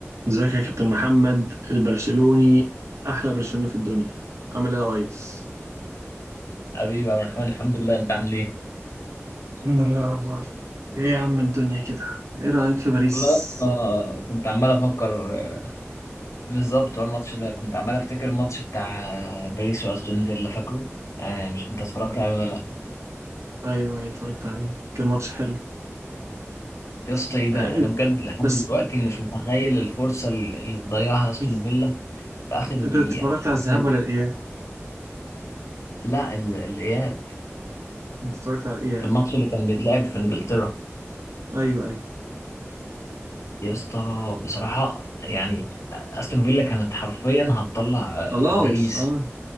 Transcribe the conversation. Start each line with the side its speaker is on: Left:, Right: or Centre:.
Right: ازيك يا كابتن محمد البرشلوني احلى برشلوني في الدنيا عامل ايه يا ريس
Left: حبيبي يا عبد الرحمن الحمد لله انت عامل ايه؟
Right: الحمد لله والله ايه يا عم الدنيا كده ايه رايك في باريس
Left: لا آه كنت عمال افكر آه، بالظبط هو الماتش ده كنت عمال افتكر الماتش بتاع آه، باريس واستون فيلا فاكره؟ آه مش انت اتفرجت عليه ولا لا؟
Right: ايوه ايوه اتفرجت عليه كان ماتش حلو
Left: يا اسطى ايه ده؟
Right: إيه،
Left: انا بجد لحد
Right: بس
Left: دلوقتي مش متخيل الفرصه اللي اللي ضيعها استون
Right: انت
Left: فيلا في اخر
Right: انت
Left: دقيقه
Right: اتفرجت
Left: حرفيا
Right: على الذهاب ولا الاياب
Left: لا ال- الاياب
Right: انت اتفرجت على الاياب
Left: الماتش اللي كان بيتلعب في انجلترا
Right: ايوه ايوه
Left: يا اسطى بصراحه يعني آه، استون فيلا كانت حرفيا هتطلع آه،
Right: خلاص
Left: باريس
Right: اه